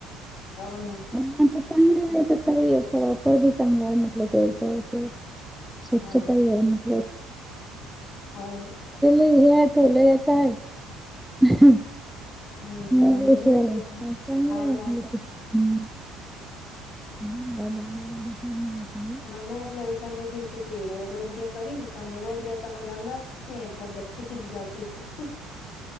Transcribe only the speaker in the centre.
चांगली आहे ते काही अस वापर बी चांगला आहे म्हटल्यावर असं अस <unintelligible>
चलेलं
हे आ ठवलं याच आहे <unintelligible>
म देश
चांगलय
<unintelligible> लागलं ह बाबा बाला देखणी अस <unintelligible>